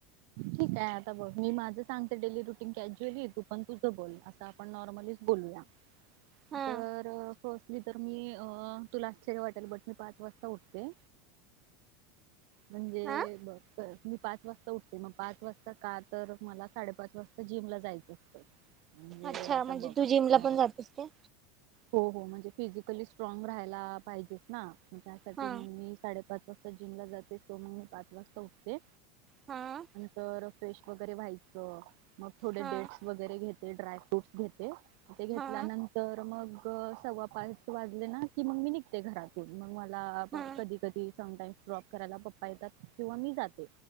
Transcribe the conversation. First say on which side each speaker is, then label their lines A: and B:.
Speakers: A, on the right (about 55°); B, on the right (about 30°).
A: ठीक आहे आता बघ मी माझं सांगते डेली रुटीन कॅज्युअलीे आहे तु पण तुझं बोल आपण नॉर्मलीच बोलूया
B: हा.
A: तर फर्स्टली तर मी अ तुला चर वाटेल बट मी पाच वाजता उठते. म्हणजे
B: हा
A: बघ परत पाच वाजता उठ ते मग पाच वाजता का तर मला साडेपाच वाजता जिम ला जायचं असतं. म्हणजे
B: अच्छा
A: आता
B: म्हणजे
A: बघ
B: तू जिम ला
A: अ
B: पण जातीस काय?
A: हो हो म्हणजे फिजिकली स्ट्रॉग राहायला पाहिजेच ना. त्यासाठी
B: हा
A: मग मी साडेपाच वाजता जिमला जाते सो मग मी पाच वाजता उठते.
B: हां
A: तर फ्रेश वगैरे व्हायचं. मग थोडे
B: हा
A: डेटस वगैरे घेत ते ड्राय फ्रूट्स घेते. ते घेतल्यानंतर
B: हा
A: मग तर सव्वा पाच वाजले ना की मग मी निघते घरातून. मग माझ ला
B: हा
A: कधी कधी समटाईम ड्रॉप करायला पप्पा येतात किंवा मी जाते.